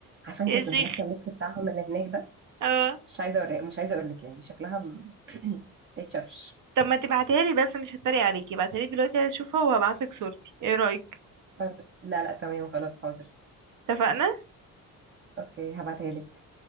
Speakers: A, on the right; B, on the right.
A: عارفة أنتي
B: يا
A: كنت
B: شيخ
A: لابسة اللبس بتاعهم اللي هناك ده
B: اه
A: مش عايزة أوري... مش عايزة أقول لك يعني شكلها م- <clears throat> ما يتشافش
B: طب ما تبعتها لي بس مش هتريق عليكي ابعتها لي دلوقتي هشوفها وهبعت لك صورتي ايه رأيك
A: طيب، لا لا تمام خلاص حاضر
B: اتفقنا
A: أوكي هبعتها لك